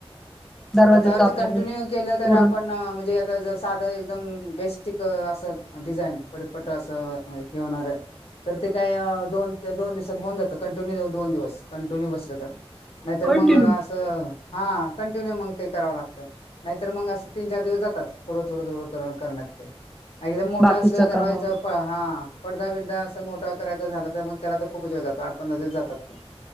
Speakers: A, in the centre; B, on the left.
A: दरवाज्याच
B: आता
A: आपलं
B: ते कंटिन्यू
A: हे
B: केलं तर
A: तोरण
B: आपण म्हणजे आता जर साधं एकदम... बेस्टिक असं डिझाईन पटपट असं हे होणार... तर ते काय दोन दोन दिवसात होऊन जातं कंटिन्यू दोन दिवस कंटिन्यू बसले तर.... नाहीतर
A: कंटिन्यू
B: मग असं हा... कंटिन्यू मग ते करावं लागत नाहीतर मग असं तीन चार दिवस जातात थोडं थोडं थोडं करण्यात ते.... एकदम मोठं
A: बाकीच
B: असलं दरवाज
A: कामावरून
B: पहा हा... पडदा बिडदा असं मोठा करायचा झाला तर मग त्याला तर खूप वळ जातो आठ पंधरा दिवस जातात...